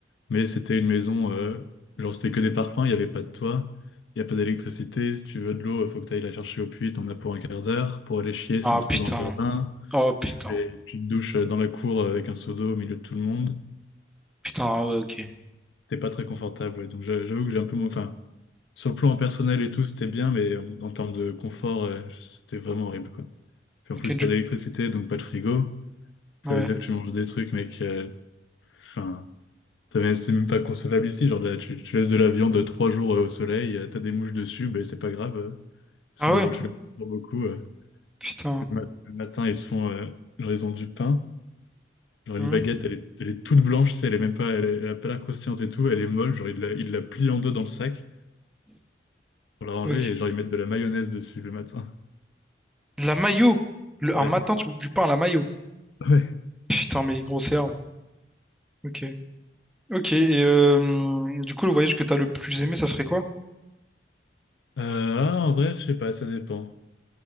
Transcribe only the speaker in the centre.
Ah
putain.
Oh putain.
Putain, ah ouais, ok.
Ok,
du
ouais.
Ah
ouais,
putain.
Hmm.
Ok.
De la mayo. Le-
un matin, tu bouffes du pain à la mayo.
Putain, mais grosse herbe. Ok. Ok, et euh, du coup, le voyage que t'as le plus aimé, ça serait quoi?